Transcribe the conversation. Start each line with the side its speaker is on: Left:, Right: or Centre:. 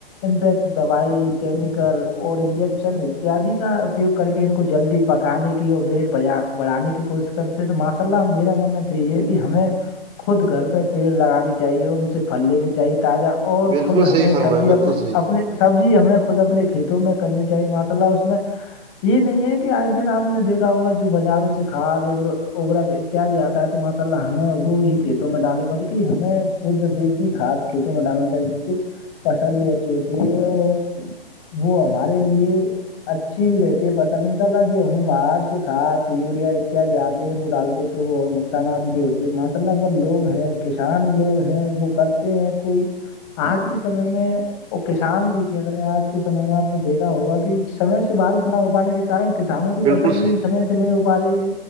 Left: امپیکٹ دوائی کیمیکل اور انجیکشن اتیاد کا اپیوگ کر کے ان کو جلدی پکانے کی اور ویٹ بڑھانے کی کوشش کرتے ہیں تو ماشاء اللہ میرا ماننا تو یہ ہے کہ ہمیں خود گھر پہ پیڑ لگانانی چاہیے ان سے پھل لینی چاہیے تازہ اور
Right: بالکل
Left: خود
Right: صحیح
Left: ہمیں
Right: فرمایا
Left: سبزی
Right: بالکل
Left: اپ
Right: صحیح
Left: اپنے سبزی ہمیں خود اپنے کھیتوں میں کرنی چاہیے ماشا اللہ اس میں یہ نہیں ہے کہ آیے دن آپ نے دیکھا ہوگا جو بازاروں سے کھاد اور اتیاد آتا ہے تو ماشاء اللہ ہمیں وہی کہ کھیتوں میں ڈالے بولے کی ہمیں شد دیسی کھاد کھیتوں میں ڈالنے کایے جس سے فصل بھی اچھی ہوتی ہے اور وہ ہمارے لیے اچھی بھی رہتی ہے فصل ان شاء اللہ جو ہم باہر سے کھاد یوریا اتیاد آتے ہیں وہ ڈالتے تو وہ نقصانات بھی ہوتے ہیں ماشا اللہ پر لوگ ہیں کسان لوگ ہیں وہ کرتے ہیں کوئی آج کے سمے میں وہ کسان بھی کیا کرے آج کے سمے میں آپ نے دیکھا ہوگا کہ سمے سے بارش نہ ہو پانے کے کارن کسانوں کی
Right: بالکل
Left: فصل بھی
Right: صحیح
Left: سمے سے نہیں ہو پا رہی ہے